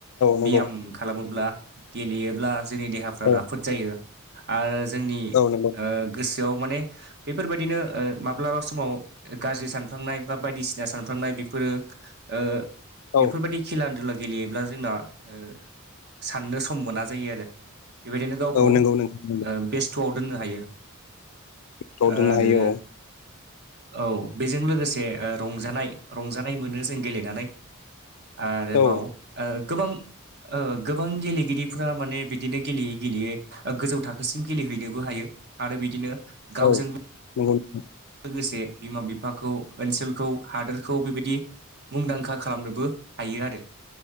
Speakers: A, on the left; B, on the right.
A: नंगौ
B: बियाम
A: औ नंगौ
B: खालामोब्ला गेलेयोब्ला जोंनि देहाफ्रा
A: औ
B: राफोद जायो आरो जोंनि
A: औ नंगौ
B: ओ-गोसोआव माने बेफोरबायदिनो ओ-माब्लाबा समाव गाज्रि सानफ्लांनाय बा बायदिसिना सानफ्लांनाय बेफोरो ओ-
A: औ
B: बेफोरबायदि खेला दुला गेलेयोब्ला जोंना ओ- साननो सम मोना जायो आरो बेबायदिनो गावखौ
A: औ
B: ओ-
A: नंगौ नोंथां नंगौ
B: बेस्ट स्टआव दोननो हायो
A: औ
B: आरो
A: दोननो हायो
B: औ बेजों लोगोसे ओ-रंजानाय-रंजानाय मोनो जों गेलेनानै आरोबाव
A: औ
B: ओ-गोबां ओ-गोबां गेलेगिरिफ्रा माने बिदिनो गेलेयै गेलेयै ओ-गोजौ थाखोसिम गेलेहैनोबो हायो आरो बिदिनो गावजों
A: औ नंगौ नोंथां।
B: लोगोसे बिमा-बिफाखौ ओनसोलखौ हादोरखौ बेबायदि मुंदांखा खालामनोबो हायो आरो।